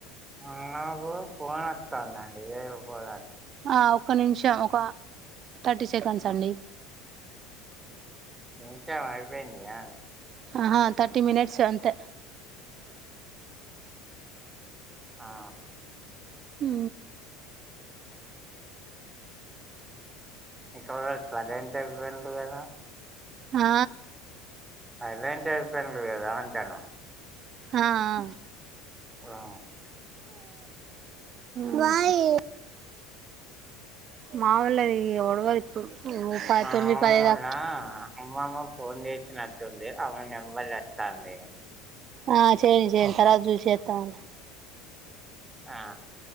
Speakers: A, on the right; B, on the right.
A: నాకు ఫోన్ వస్తాందండి పోన్ ఏ ఫోనో
B: ఆ ఒక్క నిమిషం ఒక థర్టీ సెకండ్స్ అండి
A: మిగతావి అయిపోయినయ
B: ఆహా థర్టీ మీనిట్స్ అంతే
A: ఆ ఆ
B: హు
A: ఇక <unintelligible> సైలెంట్ లోకి పోయిండు కదా
B: ఆ
A: సైలెంట్ లోకి పోయిండు కదా అంటన్న
B: ఆ ఆ
A: ఆ
B: బయ మావలది ఇగ ఒడవ ఇప్పుడు
A: ఆ
B: తొమ్మిది పదిహేను
A: వదిన
B: దాకా
A: అమ్మమ్మ ఫోన్ చేసి నట్టుంది అమే నెంబర్ వత్తాంది రే
B: ఆ చేనీ చేనీ తర్వాత చూసి చెత్తంలే
A: ఆ